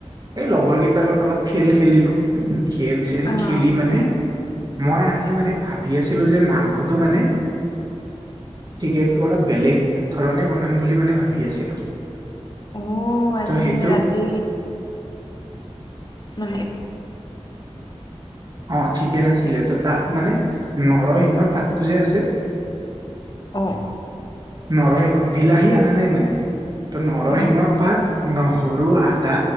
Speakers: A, on the right; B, on the left.
A: এই লগৰ কেইটা লগত অলপ খেল খেলিলো। খেল চেল
B: অ', অ',
A: খেলি মানে মই আজি মানে ভাবি আছিলো যে মাংসটো মানে চিকেন অলপ বেলেগ ধৰণ বনাম বুলি মানে ভ ভাবি আছিলো
B: অ' আজি
A: ত' সেইটো
B: মানে ৰাতি নানে
A: অ চিকেন আছিলে ত' তাত মানে নৰসিংহৰ পাতটো যে আছে
B: হয়
A: নৰসিংহ বিলাহী অনা নাই মানে ত নৰসিংহৰ
B: অ'
A: পাত নহৰু আদা